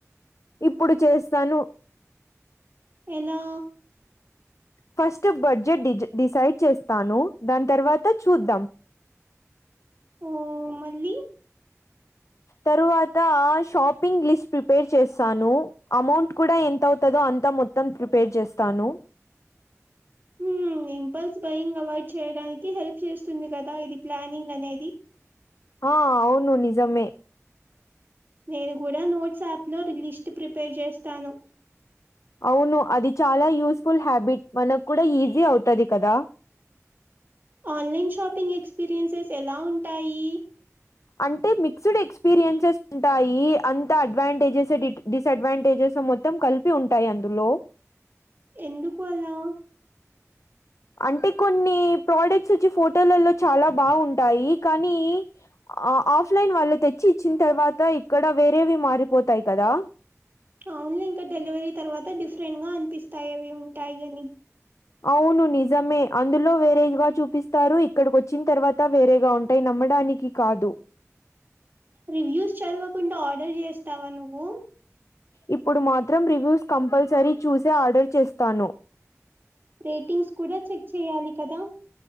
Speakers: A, on the left (about 65°); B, on the right (about 40°).
A: ఇప్పుడు చేస్తాను
B: ఎలా
A: ఫస్ట్ బడ్జెట్ డిజ్ డిసైడ్ చేస్తాను దాని తర్వాత చూద్దాం
B: ఓ మళ్ళీ
A: తరువాత షాపింగ్ లిస్ట్ ప్రిపేర్ చేస్తాను అమౌంట్ కూడా ఎంత అవుతదో అంత మొత్తం ప్రిపేర్ చేస్తాను
B: ఉ ఇంగ ఇంపల్స్ బయింగ్ అవాయిడ్ చేయడానికి హెల్ప్ చేస్తుంది కదా ఇది ప్లానింగ్ అనేది
A: ఆ అవును నిజమే
B: నేను కూడా నోట్స్ యాప్లో లిస్ట్ ప్రిపేర్ చేస్తాను
A: అవును అది చాలా యూస్ఫుల్ హ్యాబిట్ మనకు కూడా ఈజీ అవుతది కదా
B: ఆన్లైన్ షాపింగ్ ఎక్స్పీరియన్సెస్ ఎలా ఉంటాయి
A: అంటే మిక్స్డ్ ఎక్స్పీరియన్సెస్ ఉంటాయి అంత అడ్వాంటేజెస్ డి డిసఅడ్వాంటేజెస్ మొత్తం కలిపి ఉంటాయి అందులో
B: ఎందుకు అలా
A: అంటే కొన్ని ప్రోడక్ట్స్ వచ్చి ఫోటోలలో చాలా బాగుంటాయి కానీ ఆ ఆఫ్లైన్ వాళ్ళు తెచ్చి ఇచ్చిన తర్వాత ఇక్కడ వేరేవి మారిపోతాయి కదా
B: అవున్లే ఇంక డెలివరీ తర్వాత డిఫరెంట్ గా అనిపిస్తాయి అవి ఉంటాయిగని
A: అవును నిజమే అందులో వేరేగా చూపిస్తారు ఇక్కడికొచ్చిన తర్వాత వేరేగా ఉంటాయి న అమ్మడానికి కాదు.
B: రివ్యూస్ చదవకుండా ఆర్డర్ చేస్తావా నువ్వు.
A: ఇప్పుడు మాత్రం రివ్యూస్ కంపల్సరీ చూసే ఆర్డర్ చేస్తాను.
B: రేటింగ్స్ కూడా చెక్ చెయ్యాలి కదా.